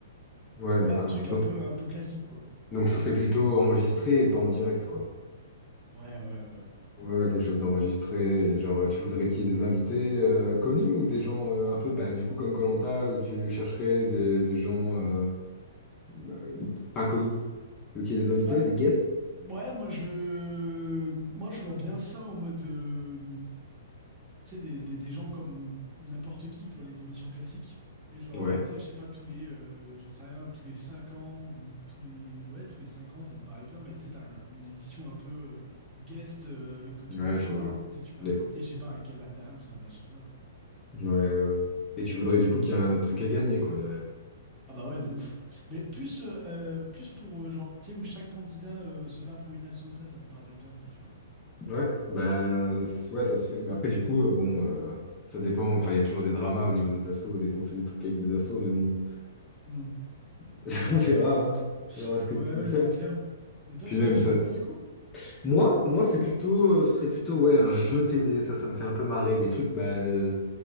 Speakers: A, on the left (about 25°); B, on the right (about 20°).
A: Ouais,
B: ouais,
A: d'accord.
B: un truc
A: Donc,
B: un peu, un peu classique quoi.
A: donc ce serait plutôt enregistré et pas en direct, quoi.
B: Ouais, ouais, ouais, ouais.
A: Ouais, ouais, quelque chose d'enregistré. et Genre, tu voudrais qu'il y ait des invités euh, connus ou des gens euh, un peu, bah, du coup, comme koh où tu chercherais des, des gens euh, bah, pas connus. Tu veux qu'il y ait des invités,
B: Bah
A: des guests?
B: ouais, moi je, moi je vois bien ça en mode. euh, tu sais, des, des- des gens comme n'importe qui pour les émissions classiques. Et genre,
A: Ouais.
B: euh, tu sais, je sais pas, tous les, euh, j'en sais rien, tous les 5 ans ou tous les, ouais, tous les 5 ans, ça me paraît bien. Mais tu sais, t'as un- une édition un peu euh, guest euh, que tout
A: Ouais,
B: le monde connaît
A: je vois.
B: où tu sais, tu peux
A: Les-
B: inviter, je sais pas, un Kev Adams, un machin, euh,
A: Ouais,
B: je
A: ouais.
B: sais pas.
A: ouais. Et tu voudrais, du coup, qu'il y ait un truc à gagner, quoi, derrière.
B: Ah bah ouais, de ouf. Mais plus, euh, euh, plus pour, euh, genre, tu sais, où chaque candidat euh, se bat pour une asso, ça, ça me parlerait bien, ça, tu vois.
A: Ouais, bah, c- ouais, ça se fait. Mais après, du coup, euh, bon, euh, ça dépend. Enfin, il y a toujours des dramas au niveau des assos, dès qu'on fait des trucs avec des assos, mais bon.
B: Hmm.
A: <laughs> On
B: Ouais.
A: verra, hein. On verra ce que
B: Ouais,
A: tu
B: ouais,
A: veux faire.
B: c'est clair. Et toi,
A: Puis
B: t'imaginais
A: même, ça,
B: quoi, du coup?
A: Moi, moi, c'est plutôt, euh, ce serait plutôt, ouais, un jeu télé. Ça, ça me fait un peu marrer. Les trucs, bah, euh,